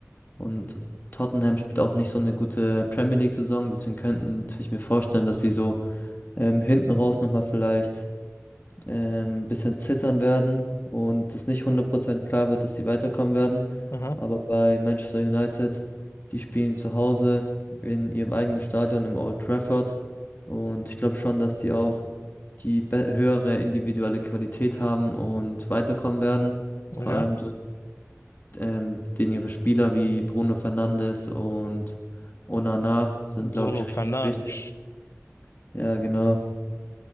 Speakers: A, on the left; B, on the left.
A: Und Tottenham spielt auch nicht so eine gute Premier League Saison. Deswegen könnte ich mir vorstellen, dass sie so ähm, hinten raus nochmal vielleicht. ähm, bisschen zittern werden und es nicht 100% klar wird, dass sie weiterkommen werden.
B: Mhm,
A: Aber bei Manchester United, die spielen zu Hause in ihrem eigenen Stadion im Old Trafford. Und ich glaube schon, dass die auch die be- höhere individuelle Qualität haben und weiterkommen werden.
B: okay.
A: Vor allem so, ähm, den ihre Spieler wie Bruno Fernandes und Onana sind,
B: Bruno
A: glaube ich,
B: Fernandes.
A: richtig wichtig. Ja, genau.